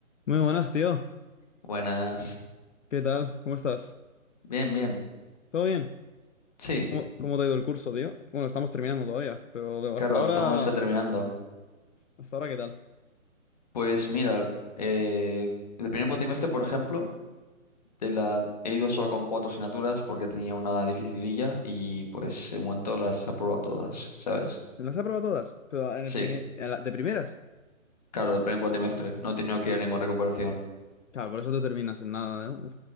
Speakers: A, on the left (about 60°); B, on the left (about 30°).
A: Muy buenas, tío.
B: Buenas.
A: ¿Qué tal? ¿Cómo estás?
B: Bien, bien.
A: ¿Todo bien?
B: Sí,
A: ¿Cómo, cómo te ha ido el curso, tío? Bueno, estamos terminando todavía, pero de-
B: claro,
A: hasta ahora,
B: estamos ya terminando.
A: hasta ahora, ¿qué tal?
B: Pues mira, eh, el primer cuatrimestre, por ejemplo, de la... he ido solo con cuatro asignaturas porque tenía una dificililla y pues en momento las he aprobado todas, ¿sabes?
A: ¿Las has aprobado todas? Pero en
B: Sí,
A: el primer- en la- de primeras.
B: claro, del primer cuatrimestre. No he tenido que ir a ninguna recuperación.
A: Claro, por eso tú terminas en nada, ¿no?